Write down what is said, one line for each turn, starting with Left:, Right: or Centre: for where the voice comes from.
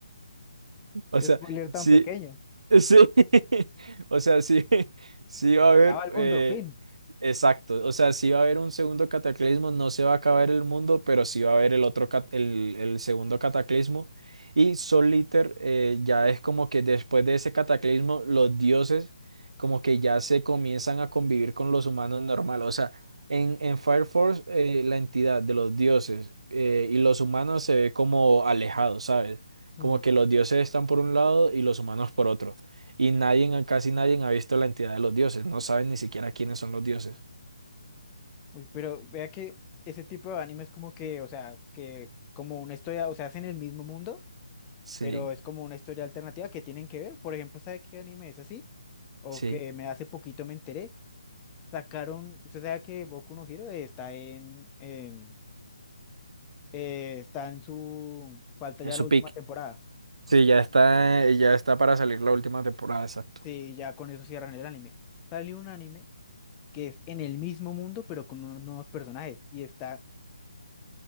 Right: O sea,
Left: spoiler tan
Right: sí,
Left: pequeño.
Right: sí, <laughs> o sea, sí, <laughs> sí va a
Left: Se
Right: haber,
Left: acaba el mundo,
Right: eh,
Left: fin.
Right: exacto, o sea, sí va a haber un segundo cataclismo, no se va a acabar el mundo, pero sí va a haber el otro, cat- el, el segundo cataclismo. Y Sol Liter eh, ya es como que después de ese cataclismo, los dioses como que ya se comienzan a convivir con los humanos normal. O sea, en, en Fire Force, eh, la entidad de los dioses eh, y los humanos se ve como alejados, ¿sabes?
Left: Mm.
Right: Como que los dioses están por un lado y los humanos por otro. Y nadie, casi nadie ha visto la entidad de los dioses. No saben ni siquiera quiénes son los dioses.
Left: Uy, pero vea que ese tipo de anime es como que, o sea, que como una historia, o sea, hacen el mismo mundo,
Right: Sí,
Left: pero es como una historia alternativa que tienen que ver. Por ejemplo, ¿sabe qué anime es así? O
Right: sí,
Left: que me hace poquito me enteré. Sacaron, usted sabe que Boku no Hero está en, en eh, está en su, falta
Right: en
Left: ya
Right: su
Left: la última
Right: pick.
Left: temporada.
Right: Sí, ya está, ya está para salir la última temporada, exacto.
Left: Sí, ya con eso cierran el anime. Salió un anime que es en el mismo mundo, pero con unos nuevos personajes. Y está